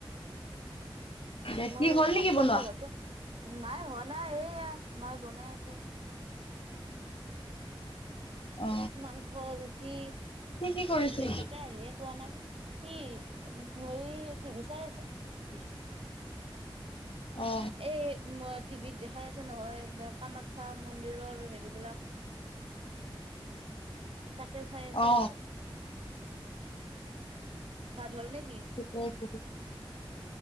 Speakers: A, on the left; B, on the right.
A: দে
B: মই
A: কি হ'ল নেকি
B: ভাত খাম।
A: বনোৱা
B: ইহঁতে নাই, হোৱা নাই, এয়া মায়ে বনাই আছে।
A: অ
B: মাংস, ৰুটি,
A: কি কি কৰিছে
B: দেউতাকে আহিয়ে পোৱা নাই। সি হেই, টিভি চাই আছে।
A: <inaudible> অ
B: এই উ মই টিভিত দেখাই আছে। ছে নহয় কামাখ্যা মন্দিৰৰ হেৰিবলাক তাকে চাই আছে
A: অ
B: আৰু। ভাত হ'ল নেক
A: শা ভ <unintelligible>